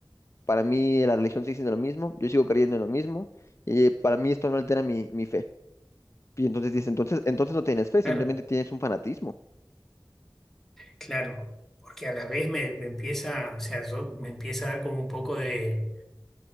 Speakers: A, on the left; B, in the centre.
A: para mí la religión sigue siendo lo mismo, yo sigo creyendo en lo mismo, y para mí esto no altera mi, mi fe. Y entonces dice, entonces, entonces no tienes fe,
B: Claro,
A: simplemente tienes un fanatismo.
B: claro. Porque a la vez me, me empieza, o sea, yo, me empieza a dar como un poco de,